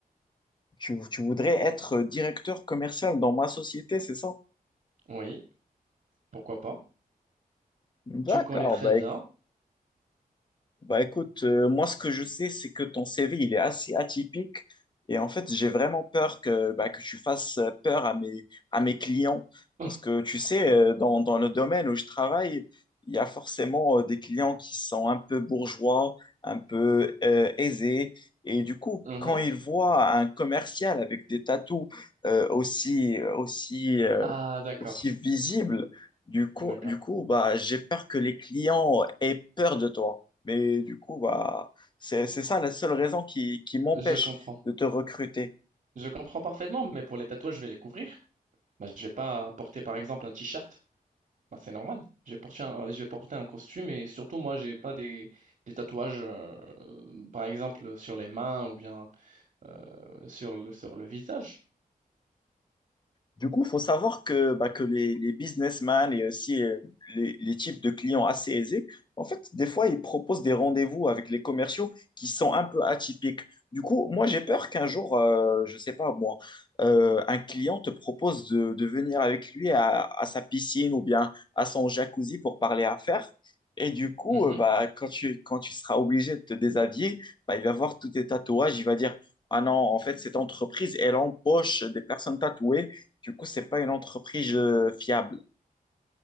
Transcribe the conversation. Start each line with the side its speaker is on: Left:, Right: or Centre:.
Left: Tu, tu voudrais être directeur commercial dans ma société, c'est ça?
Right: Oui, pourquoi pas?
Left: D'accord,
Right: Tu me connais très
Left: bah
Right: bien.
Left: Bah écoute, euh, moi ce que je sais, c'est que ton CV, il est assez atypique et en fait, j'ai vraiment peur que, bah, que tu fasses peur à mes, à mes clients
Right: <laughs>
Left: parce que tu sais, euh, dans, dans le domaine où je travaille, il y a forcément euh, des clients qui sont un peu bourgeois, un peu euh, aisés et du coup,
Right: Mhm.
Left: quand ils voient un commercial avec des tatous euh, aussi, aussi, euh,
Right: Ah, d'accord,
Left: aussi visibles, du coup,
Right: d'accord.
Left: du coup, bah, j'ai peur que les clients aient peur de toi. Mais du coup, bah, c'est, c'est ça la seule raison qui, qui m'empêche
Right: Je comprends.
Left: de te recruter.
Right: Je comprends parfaitement, mais pour les tatouages, je vais les couvrir. Bah, je vais pas porter, par exemple, un t-shirt. Bah, c'est normal. Je vais porter un, euh, je vais porter un costume et surtout, moi, j'ai pas des, des tatouages, euh, euh, par exemple, sur les mains ou bien euh, sur le, sur le visage.
Left: Du coup, faut savoir que, bah, que les, les businessmen et aussi euh, les, les types de clients assez aisés, en fait, des fois, ils proposent des rendez-vous avec les commerciaux qui sont un peu atypiques. Du coup, moi, j'ai peur qu'un jour, euh, je sais pas moi, euh, un client te propose de, de venir avec lui à, à sa piscine ou bien à son jacuzzi pour parler affaires. Et du coup,
Right: Mhm.
Left: euh, bah, quand tu, quand tu seras obligé de te déshabiller, bah, il va voir tous tes tatouages, il va dire, Ah non, en fait, cette entreprise, elle empoche des personnes tatouées du coup, c'est pas une entreprise euh, fiable.